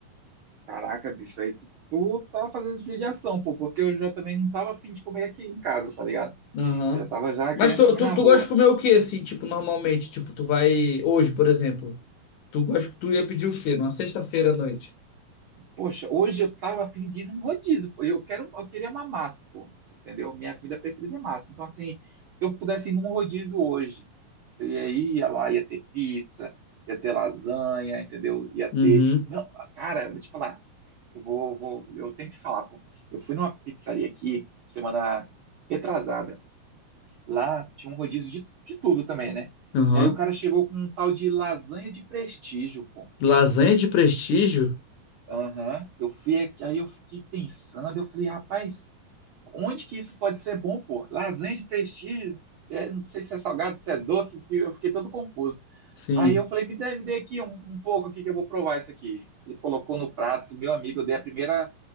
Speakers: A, on the right; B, on the left.
A: Caraca, bicho, aí tu, tu tá fazendo judiação, pô, porque eu já também não tava afim de comer aqui em casa, tá ligado?
B: ó. Aham.
A: Eu já tava já
B: Mas
A: querendo
B: tu,
A: comer
B: tu,
A: na
B: tu
A: rua.
B: gosta de comer o quê, assim, tipo, normalmente? Tipo, tu vai. Hoje, por exemplo. Tu gosta que tu ia pedir o quê? Numa sexta-feira à noite.
A: Poxa, hoje eu tava afim de ir num rodízio, pô. Eu quero, eu queria uma massa, pô, entendeu? Minha comida preferida é massa. Então, assim, se eu pudesse ir num rodízio hoje, eu ia, ia lá, ia ter pizza, ia ter lasanha, entendeu? Ia ter.
B: Uhum.
A: Não, cara, eu vou te falar, eu vou, vou, eu tenho que falar, pô. Eu fui numa pizzaria aqui, semana retrasada. Lá tinha um rodízio de, de tudo também, né?
B: Aham.
A: E aí o cara chegou com um tal de lasanha de prestígio, pô.
B: Lasanha de prestígio?
A: Aham, eu fui, aqui- aí eu fiquei pensando, eu falei, rapaz, onde que isso pode ser bom, pô? Lasanha de prestígio, é, não sei se é salgado, se é doce, se... eu fiquei todo confuso.
B: Sim.
A: Aí eu falei, me dê, me dê aqui um, um pouco aqui que eu vou provar isso aqui. Ele colocou no prato, meu amigo, eu dei a primeira